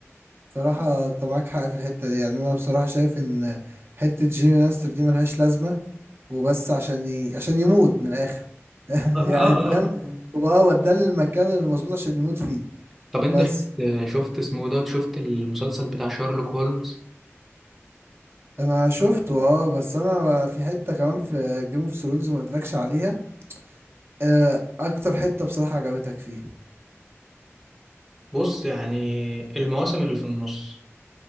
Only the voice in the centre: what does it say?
اه اه
آه.
طب انت
شفت شفت اسمه ده شفت المسلسل بتاع شارلوك هولمز
بص يعني المواسم اللي في النص